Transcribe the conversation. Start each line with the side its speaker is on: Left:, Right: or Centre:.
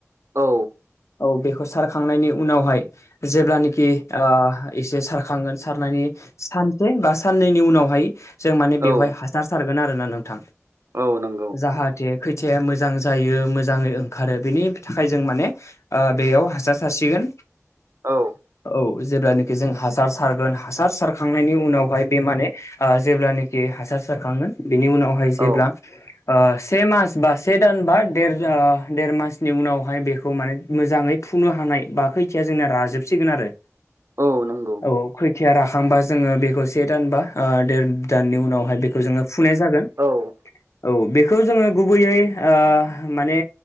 Right: औ
Left: औ बेखौ सारखांनायनि उनावहाय जेब्लानाखि ओ एसे सारखांगोन सारनानै सानसे बा साननैनि उनावहाय जों माने
Right: औ
Left: बेवहाय सारगोन आरोना नोंथां
Right: औ नंगौ
Left: जाहाथे खैथाया मोजां जायो मोजाङै ओंखारो बेनि थाखाय जों माने ओ बेयाव हासार सारसिगोन
Right: औ
Left: औ जेब्लानो जों हासार सारगोन हासार सारखांनायनि उनावहाय बे माने ओ जेब्लानाखि हासार जाखांगोन बिनि उनावहाय जेब्ला
Right: औ
Left: ओ से मास बा से दान बा देर ओ देर मासनि उनावहाय बेखौ माने मोजाङै फुनो हानाय बा खैथिया जोंना राजोबसिगोन आरो
Right: औ नंगौ
Left: औ खैथिया राखांबा जोङो बेखौ से दानबा ओ देर दाननि उनावहाय बेखौ जोङो फुनाय जागोन
Right: औ
Left: औ बेखौ जोङो गुबैयै ओ माने